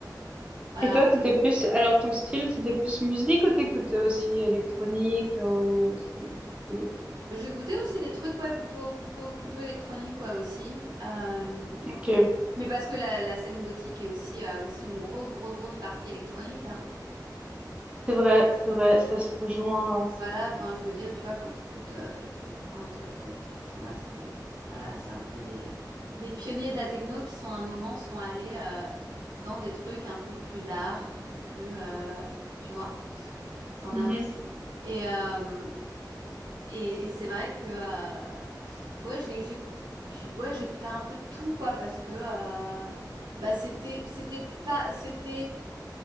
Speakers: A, on the right; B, on the right.
A: voilà
B: Et toi, t'étais plus... Alors, ton style, c'était plus musique ou t'écoutais aussi électronique euh, ou aussi un peu d'autres trucs
A: J'ai goûté aussi des trucs, ouais, plutôt, plutôt, plutôt électroniques, ouais, aussi. Euh,
B: Ok,
A: Mais parce que la, la scène gothique est aussi, a aussi une grosse, grosse, grosse partie électronique, hein.
B: c'est vrai, c'est vrai, ça se rejoint à certains
A: Voilà, enfin, je veux dire, tu vois, quand t'écoutes euh, les trucs, enfin, te- te- te- t'en as, c'est des, voilà, c'est un peu des, des pionniers de la techno qui sont à un moment sont allés euh, dans des trucs un peu plus dark, un peu plus, euh, tu vois, t'en
B: points.
A: as aussi.
B: Mhm.
A: Et, euh, Et, et c'est vrai que euh, ouais j'ai j'écoute puis ouais j'écoutais un peu de tout quoi parce que euh, bah c'était c'était pas c'était